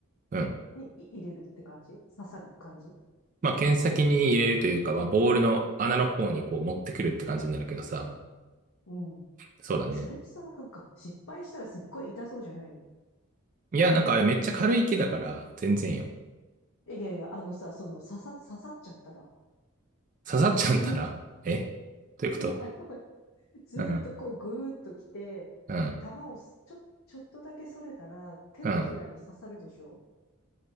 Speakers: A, on the right; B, on the left.
A: うん。
B: にい入れるって感じ刺さる感じ
A: まあ、剣先に入れるというか、まあ、ボールの穴の方にこう持ってくるって感じになるけどさ。
B: うん。
A: そうだね。
B: それさ、なんか、失敗したらすっごい痛そうじゃない
A: いや、なんかあれめっちゃ軽い木だから、全然よ。
B: いやいや、あのさ、その、刺さ、刺さっちゃったら、
A: 刺さっちゃったら、
B: そのぐーっ、
A: えということ
B: <laughs> あれ、ずーっとこうぐーっと来て、
A: うん、うん、
B: 玉をすちょ、ちょっとだけそれたら、手のひらに刺さるでしょ
A: うん。